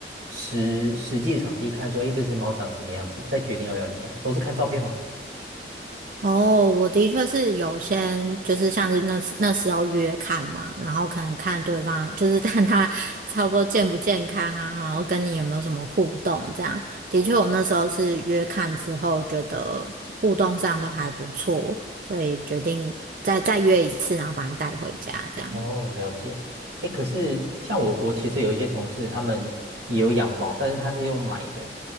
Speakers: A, on the right; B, on the right.
A: 实实际场地看说，哎，这只猫长什么样子，再决定要不要领养，都是看照片吗？
B: 哦，我的确是有先，就是像是那时那时候约看嘛，然后可能看对方，就是 <laughs> 看他差不多健不健康啊，然后跟你有没有什么互动这样。的确，我那时候是约看之后，觉得互动上都还不错，所以决定再再约一次，然后把他带回家这样。
A: 哦，了解。哎，可是像我，我其实有一些同事，他们也有养猫，但是他是用买的，